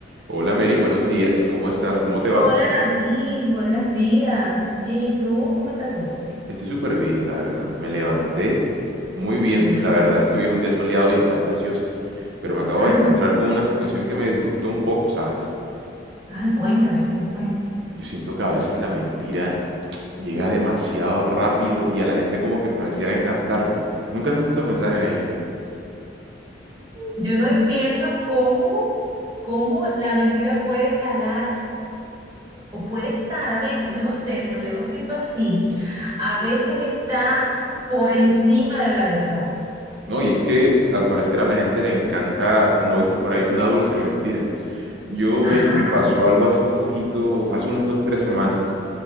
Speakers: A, on the right; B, on the right.
A: Hola Mary, buenos días. ¿Cómo estás? ¿Cómo te va?
B: Hola David, buenos días. Bien, ¿y tú? ¿Cómo está todo?
A: Estoy súper bien, la verdad. Me levanté muy bien.
B: Ujú.
A: La verdad es que hoy es un día soleado y está precioso. Pero me acabo
B: Ah,
A: de encontrar con una situación que me disgustó un poco, ¿sabes?
B: ay, cuéntame, ¿qué fue?
A: Yo siento que a veces la mentira llega demasiado rápido y a la gente como que pareciera encantarle. Nunca te has puesto a pensar en ello.
B: Yo no entiendo cómo, cómo la mentira puede calar o puede estar a veces, yo no sé, pero yo lo siento así. A veces está por encima de la verdad.
A: No, y es que al parecer a la gente le encanta, como dicen por ahí, una dulce mentira. Yo,
B: Ajá,
A: Mary, me pasó algo hace un poquito, hace unas dos, tres semanas